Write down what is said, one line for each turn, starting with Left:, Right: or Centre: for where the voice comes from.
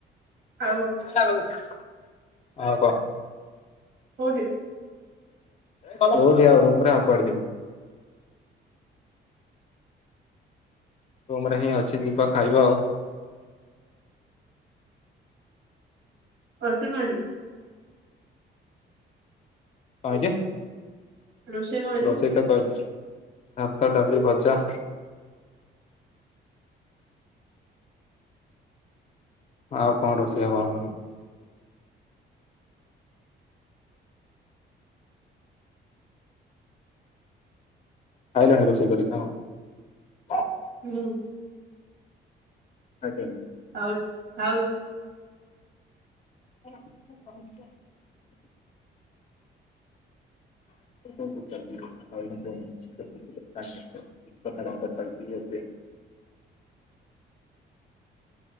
Right: ଆଉ
Left: ଆଉ କହ।
Right: କୋଉଟି?
Left: କଉଟି ଆଉ ରୁମ ରେ ଆଉ କୁଆଡେ ଯିବୁ। ରୁମ ରେ ହିଁ ଅଛି ଯିବା ଖାଇବା ଆଉ।
Right: ପଛେ କହିମି।
Left: କ ହେଇଚି।
Right: ରୋଷେଇ କଣ ହେଇଛି
Left: ରୋଷେଇ ତ କରିଛି ଭତ, ଡାଲି, ଭଜା। ଆଉ କଣ ରୋଷେଇ ହବ। <inaudible> ଖାଇଲଣି ରୋଷେଇ କରି କି ନ କନ୍।
Right: ହୁଁ
Left: ଖାଇକୀ ଆଇଲ।
Right: ଖାଉଛି ଖାଉଛି।
Left: <inaudible> <inaudible> କଥାଟା ଅନୁସାରେ <inaudible>